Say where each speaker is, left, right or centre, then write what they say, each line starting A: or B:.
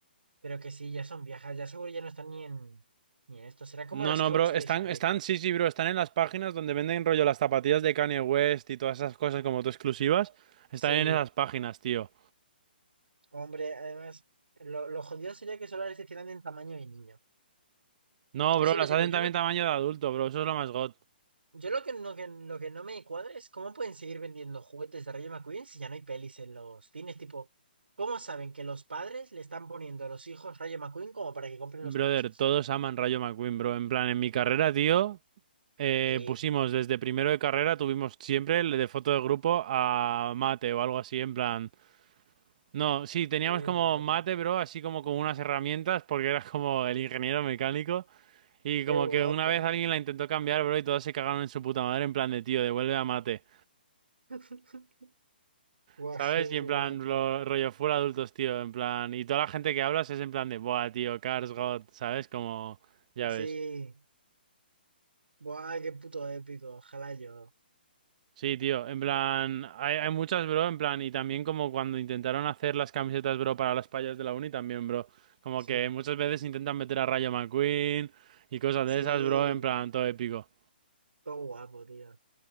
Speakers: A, on the right; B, on the right.
A: pero que sí, ya son viejas, ya seguro ya no están ni en, ni en esto. Será como
B: No,
A: las
B: no,
A: Crocs
B: bro,
A: de
B: están,
A: Shrek.
B: están, sí, sí, bro, están en las páginas donde venden rollo las zapatillas de Kanye West y todas esas cosas como tú exclusivas. Están
A: Sí.
B: en esas páginas, tío.
A: Hombre, además, lo, lo jodido sería que solo les hicieran en tamaño de niño.
B: No,
A: Eso
B: bro, las
A: le digo,
B: hacen
A: yo
B: también
A: no,
B: tamaño de adulto, bro, eso es lo más god.
A: yo lo que no, que, lo que no me cuadra es cómo pueden seguir vendiendo juguetes de Rayo McQueen si ya no hay pelis en los cines, tipo, ¿cómo saben que los padres le están poniendo a los hijos Rayo McQueen como para que compren
B: Brother,
A: los coches?
B: todos aman Rayo McQueen, bro. En plan, en mi carrera, tío, eh,
A: Sí,
B: pusimos desde primero de carrera, tuvimos siempre el de foto de grupo a Mate o algo así, en plan. No, sí, teníamos
A: qué
B: como
A: guapo,
B: Mate, bro, así como con unas herramientas, porque era como el ingeniero mecánico. Y como
A: qué guapo.
B: que una vez alguien la intentó cambiar, bro, y todos se cagaron en su puta madre, en plan de tío, devuelve a mate,
A: <laughs> Guau,
B: ¿sabes?
A: qué guapo.
B: Y en plan, lo, rollo full adultos, tío, en plan. Y toda la gente que hablas es en plan de, buah, tío, Cars God, ¿sabes? Como, ya ves.
A: Sí, guau, qué puto épico, ojalá yo.
B: Sí, tío, en plan, hay, hay muchas, bro, en plan, y también como cuando intentaron hacer las camisetas, bro, para las payas de la uni, también, bro. Como
A: Sí,
B: que muchas veces intentan meter a Rayo McQueen y cosas
A: sí,
B: de esas, bro, en plan, todo épico.
A: todo guapo, tío.